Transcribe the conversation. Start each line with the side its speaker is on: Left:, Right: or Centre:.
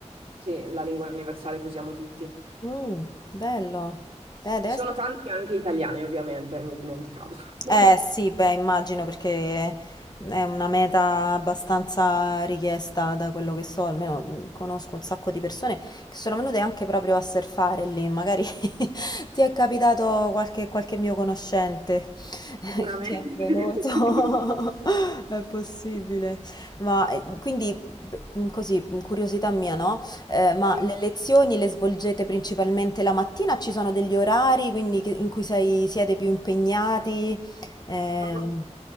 Right: sì, la lingua universale che usiamo tutti.
Left: Mm, bello. Beh,
Right: Ci
Left: deve
Right: sono
Left: essere...
Right: tanti anche italiani, ovviamente, mi dimenticavo. <laughs>
Left: Eh sì, beh, immagino perché è una meta abbastanza richiesta da quello che so, almeno mh, conosco un sacco di persone che sono venute anche proprio a surfare lì, magari <laughs> ti è capitato qualche, qualche mio conoscente <laughs>
Right: Sicuramente.
Left: che è venuto,
Right: <laughs>
Left: <laughs> è possibile. Ma eh, quindi, b- mh, così, mh, curiosità mia, no? Eh, ma
Right: Sì.
Left: le lezioni le svolgete principalmente la mattina? Ci sono degli orari quindi, che- in cui sei- siete più impegnati? Ehm,
Right: Ma